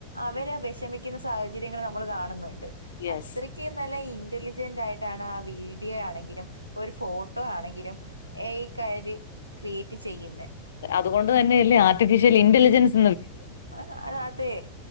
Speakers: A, on the right; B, on the left.
A: അവരെ വിഷമിക്കുന്ന സാഹചര്യങ്ങള് നമ്മൾ കാണുന്നുണ്ട്.
B: യെസ്.
A: റ്റി നല്ല ഇന്റലിജന്റ് ആയിട്ടാണ് ആ വീഡിയോ ആണെങ്കിലും ഇപ്പൊ ഒരു ഫോട്ടോ ആണെങ്കിലും എ ക്കാര് ക്രിയേറ്റ് ചെയ്യുന്ന.
B: അത് കൊണ്ട് തന്നെ എല്ലേ ആർട്ടിഫിഷ്യൽ ഇന്റെലിജൻസ്.
A: ആ അതെ